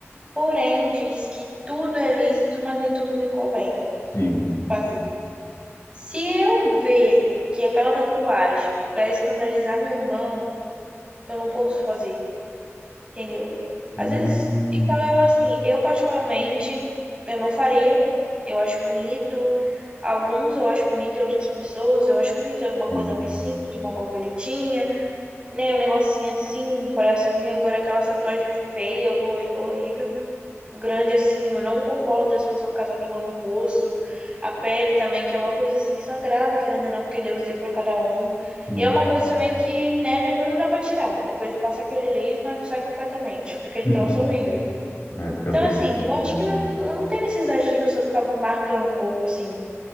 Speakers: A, on the right; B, on the left.
A: Porém, diz que tudo é lícito, mas nem tudo me convém
B: Sim.
A: fazer. Se eu ver que aquela tatuagem vai escandalizar meu irmão, eu não posso fazer. Entendeu?
B: Hum,
A: Às vezes, então eu assim, eu particularmente, eu não faria. Eu acho bonito. Alguns eu acho bonito em outras pessoas, eu acho bonito alguma
B: hum,
A: coisa mais simples, uma borboletinha, né? Um negocinho assim, um coraçãozinho, agora aquela tatuagem feia, horro- horrível grande assim, eu não concordo das pessoas ficar tatuando o rosto, a pele também, que é uma coisa assim sagrada, querendo ou não, que Deus deu para cada um.
B: sim.
A: E é uma coisa também que, né, depois não dá para tirar. Depois passa aquele laser, mas não sai completamente, fica aquele
B: <laughs>
A: troço horrível.
B: É, fica
A: Então,
B: bem.
A: assim, eu acho
B: Hum.
A: que não, não tem necessidade de as pessoas ficar marcando o corpo assim,